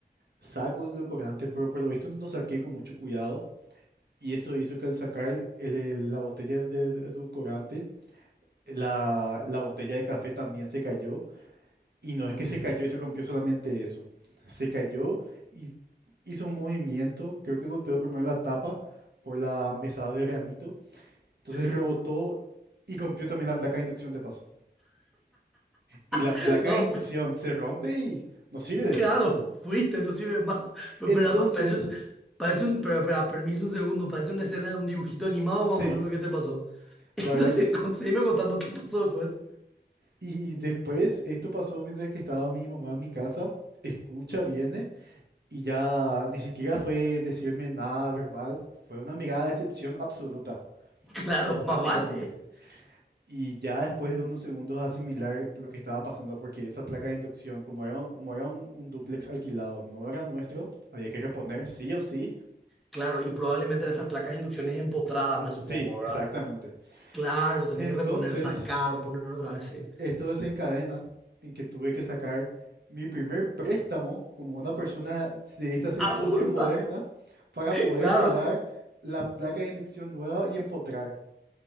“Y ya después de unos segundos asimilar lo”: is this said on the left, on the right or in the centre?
Right